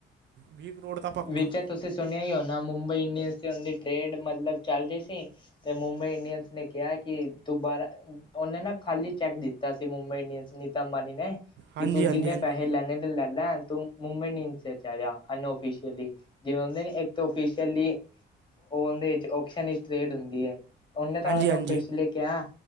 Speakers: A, on the right (about 65°); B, on the left (about 25°).
A: ਵੀਹ ਕਰੋੜ ਤਾਂ ਪੱਕਾ
B: ਵਿੱਚ ਤੁਸੀਂ ਸੁਣਿਆ ਈ ਹੋ ਨਾ ਮੁੰਬਈ ਇੰਡੀਅਨਸ ਦੀ ਟੇਡ ਮਤਲਬ ਚੱਲ ਰੀ ਸੀ। ਤੇ ਮੁੰਬਈ ਇੰਡੀਅਨਸ ਨੇ ਕਿਆ ਕੀ ਤੂੰ ਬਾਰਾ ਓਨੇ ਨਾ ਖਾਲੀ ਚੈੱਕ ਦਿੱਤਾ ਸੀ ਮੁੰਬਈ ਇੰਡੀਅਨਸ ਨੀਤਾ ਅੰਬਾਨੀ ਨੇ
A: ਹਾਂਜੀ
B: ਕੀ ਤੂੰ
A: ਹਾਂਜੀ
B: ਜਿੰਨੇ
A: ਹਾਂਜੀ
B: ਪੈੇਹੇ ਲੈਨੇ ਨੇ ਲੈਲਾ <unintelligible> <unintelligible> ਜਿਵੇਂ ਹੁੰਦੇ ਨੀ ਇੱਕ ਤਾਂ ਓਫੀਸ਼ਅਲੀ ਔਨਦੇ ਵਿੱਚ ਓਪਸ਼ਨ <unintelligible> ਟਰੇਡ ਹੁੰਦੀ ਐ ਓਨੇ ਤਾਂ
A: ਹਾਂਜੀ
B: ਉਨੂੰ
A: ਹਾਂਜੀ
B: ਫਿਰਸਲੇ ਕਿਆ